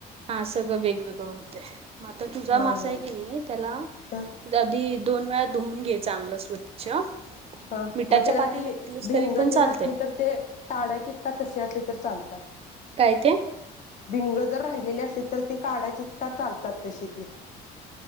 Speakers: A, on the right; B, on the left.
A: हा सगळं वेगवेगळं होत. म आता तुझा
B: हा
A: मासा आहे की नाही त्याला
B: हा.
A: आधी दोन वेळा धुवून घे चांगलं स्वच्छ.
B: हा
A: मिठाच्या
B: म त्याला
A: पाण्याने
B: ते
A: धुतलंस
B: भिंगतेन
A: तरी पण चालतंय
B: असली तर ते काढायचेत का तसे असले तर चालतात.
A: काय ते
B: भिंग राहिलेली असली तर ते काढायची का चालतात तशी ती?